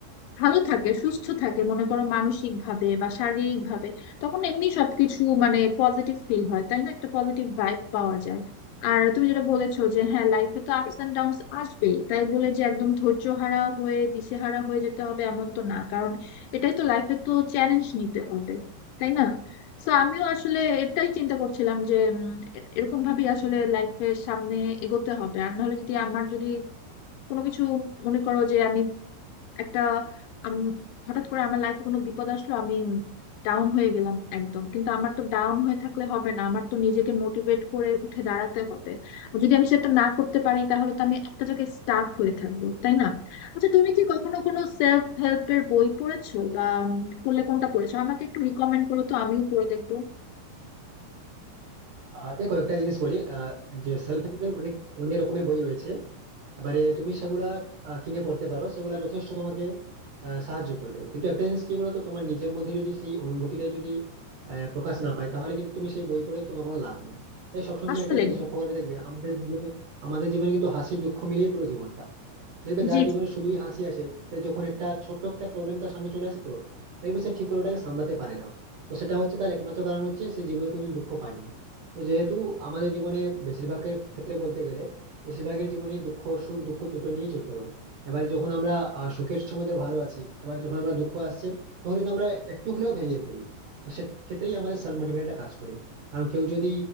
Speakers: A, on the left (about 80°); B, on the right (about 70°).
A: ভালো থাকে সুস্থ থাকে মনে করো মানসিক ভাবে বা শারীরিক ভাবে তখন এমনি সবকিছু মানে পজিটিভ ফিল হয় তাই না একটা পজিটিভ ভাইব পাওয়া যায় আর তুমি যেটা বলেছো যে হ্যাঁ লাইফে তো আপস এন্ড ডাউনস আসবেই তাই বলে যে একদম ধৈর্যহারা হয়ে দিশেহারা হয়ে যেতে হবে এমন তো না কারণ এটাই তো লাইফে তো চ্যালেঞ্জ নিতে হবে তাই না তো আমিও আসলে এটাই চিন্তা করছিলাম যে উম, এ- এরকম ভাবেই আসলে লাইফের সামনে এগোতে হবে আর নাহলে যদি আমার যদি কোনো কিছু মনে করো যে আমি একটা উম, হঠাৎ করে আমার লাইফে কোনো বিপদ আসলো আমি ডাউন হয়ে গেলাম একদম কিন্তু আমার তো ডাউন হয়ে থাকলে হবে না আমার তো নিজেকে মোটিভেট করে উঠে দাঁড়াতে হবে যদি আমি সেটা না করতে পারি তাহলে তো আমি একটা জায়গায় স্টাক হয়ে থাকবো তাই না আচ্ছা তুমি কি কখনো কোনো সেলফ হেল্পের বই পড়েছো বা উম, পড়লে কোনটা পড়েছো আমাকে একটু রিকমেন্ড করো তো আমিও পড়ে দেখবো
B: আর দেখো একটা জিনিস বলি আহ যে সেলফ হেল্পের অনেক অনেক রকমের বই রয়েছে এবারে তুমি সেগুলা আহ, কিনে পড়তে পারো সেগুলা যথেষ্ট তোমাকে আহ, সাহায্য করবে কিন্তু একটা জিনিস কি বলতো তোমার নিজের মধ্যে যদি সেই অনুভূতিটা যদি আহ, প্রকাশ না পায় তাহলে কিন্তু তুমি সেই বই পড়ে তোমার কোনো লাভ নেই তাই সবসময় তুমি
A: আসলে
B: একটা জিনিস লক্ষ্য করবে দেখবে আমাদের জীবনে আমাদের জীবনে কিন্তু হাসি দুঃখ মিলিয়ে পুরো জীবনটা দেখবে যার
A: জি
B: জীবনে
A: জি।
B: শুধুই হাসি আসে সে যখন একটা ছোট্ট একটা প্রবলেম তার সামনে চলে আসে তো দেখবে সে ঠিক করে ওটাকে সামলাতে পারে না তো সেটা হচ্ছে তার একমাত্র কারণ হচ্ছে সে জীবনে কোনোদিন দুঃখ পায়নি তো যেহেতু আমাদের জীবনে বেশিরভাগের ক্ষেত্রে বলতে গেলে বেশিরভাগের জীবনেই দুঃখ সুখ দুঃখ দুটো নিয়েই চলতে হয় এবার যখন আমরা আহ, সুখের সময় ধরো ভালো আছি এবার যখন আমরা দুঃখ আসছে তখন কিন্তু আমরা একটু হলেও ভেঙে পড়ি তো সে ক্ষেত্রেই আমাদের সেলফ মোটিভেটরটা কাজ করে কারণ কেউ যদি